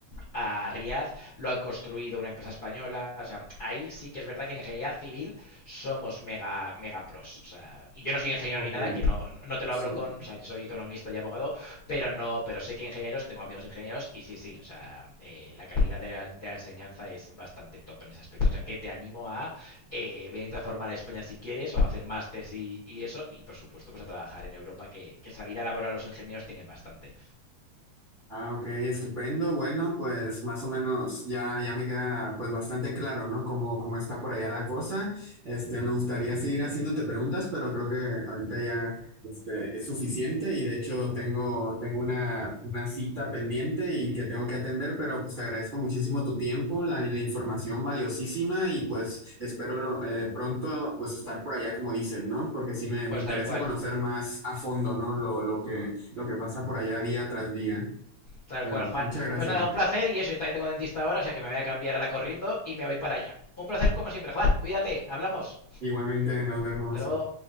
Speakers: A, on the left (about 55°); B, on the right (about 40°).
A: a Riad, lo han construido una empresa española. O sea, ahí sí que es verdad que en ingeniería civil somos mega, mega pros. O sea, y yo no soy ingeniero
B: ok,
A: ni nada, que no, no te lo
B: sí.
A: hablo con. O sea, yo soy economista y abogado, pero no, pero sé que ingenieros, tengo amigos ingenieros, y sí, sí. O sea, eh, la calidad de la, de la, enseñanza es bastante top en ese aspecto. O sea, que te animo a eh, venirte a formar a España si quieres, o a hacer másters y, y, eso, y por supuesto, pues a trabajar en Europa, que, que salida laboral los ingenieros tienen bastante.
B: Ah, ok, estupendo. Bueno, pues más o menos ya, ya me queda pues bastante claro, ¿no? Cómo, cómo está por allá la cosa. Este, me gustaría seguir haciéndote preguntas, pero creo que ahorita ya este, es suficiente y de hecho tengo, tengo una, una cita pendiente y que tengo que atender, pero pues te agradezco muchísimo tu tiempo, la, la información valiosísima y pues espero lo- eh, pronto pues estar por allá como dicen, ¿no? Porque sí me, me
A: Pues
B: interesa
A: tal cual.
B: conocer más a fondo, ¿no? Lo, lo que, lo que pasa por allá día tras día.
A: Tal
B: Bueno,
A: cual, Juan.
B: muchas gracias.
A: Pues nada, un placer y eso, yo también tengo dentista ahora, o sea que me voy a cambiar ahora corriendo y me voy para allá. Un placer como siempre, Juan. Cuídate, hablamos.
B: Igualmente nos vemos.
A: Hasta luego.